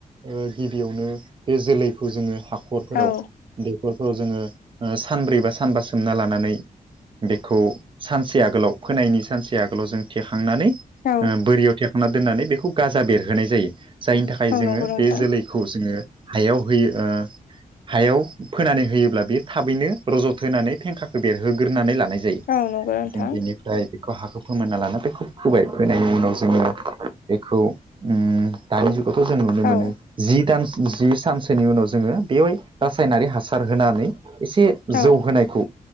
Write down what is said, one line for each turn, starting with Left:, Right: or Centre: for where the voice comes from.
Right: ओ गिबियावनो बे जोलैखौ जोङो हाखरफोराव
Left: औ
Right: दैखरफोराव जोङो ओ सानब्रै बा सानबा सोमना लानानै बेखौ सानसे आगोलाव फोनायनि सानसे आगोलाव जों थेखांनानै
Left: औ
Right: ओ बोरियाव थेखांना दोननानै बेखौ गाजा बेरहोनाय जायो जायनि थाखाय
Left: औ
Right: जोङो
Left: नंगौ नोंथां
Right: बे जोलै खौ जोङो हायाव होयो ओ हायाव फोनानै होयोब्ला बे थाबैनो रज' थोनानै फेंखाखौ बेरहोग्रोनानै लानाय जों
Left: औ नंगौ नोंथां
Right: बेनिफ्राय बेखौ हाखौ फोमोनना लाना बेखौ फोबाय फोनायनि उनाव जोङो बेखौ ओं दानि जुगावथ' जों नुनो मोनो
Left: औ
Right: जि दान जि सान नि उनाव जोङो बेवहाय रासायनारि हासार होनानै एसे
Left: औ
Right: जौहोनायखौ